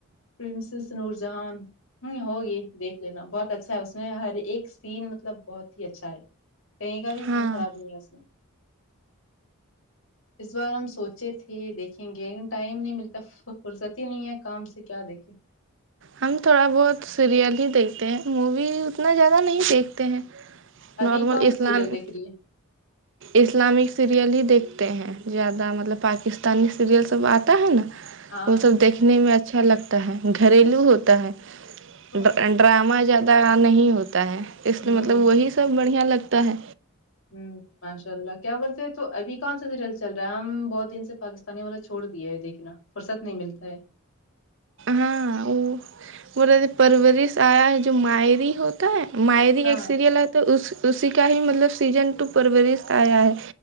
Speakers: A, on the left (about 75°); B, on the right (about 60°).
A: پرنسس نور جہان ہوں ہوگی دیکھ لینا بہت اچھا ہے اس میں ہر ایک سین مطلب بہت ہی اچھا ہے کہیں کا بھی
B: ہاں
A: سین خراب نہیں ہے اس میں اس بار ہم سوچے تھے دیکھیں گے لیکن ٹائم نہیں ملتا فرست ہی نہیں ہے کام سے کیا دیکھے
B: ہم تھوڑا بہت سیریل ہی دیکھتے ہیں مووی اتنا زیادہ نہیں دیکھتے ہیں نارمل
A: ابھی کون
B: اسلامی
A: سا سیریل دیکھ رہی ہے
B: اسلامک سیریل ہی دیکھتے ہیں زیادہ مطلب پاکستانی سیریل سب آتا ہے نا
A: ہاں
B: وہ سب دیکھنے میں اچھا لگتا ہے گھریلو ہوتا ہے
A: ہوں
B: دا اینڈ ڈرامہ زیادہ نہیں ہوتا ہے اس لیے
A: ہوں
B: مطلب وہی سب بڑھیا لگتا ہے
A: ہ ماشاء اللہ کیا بولتے ہیں تو ابھی کون سا سیریل چل رہا ہے ہم بہت دن سے پاکستانی والا چھوڑ دیا ہے دیکھناا فرست نہیں ملتا ہے
B: ہاں وہ پرورش آیا ہے جو مایی ری ہو مائری
A: ہاں
B: ایک سیریل ہے تو اس اسی کا ہی مطلب سیزن ٹو پرورش آیا ہے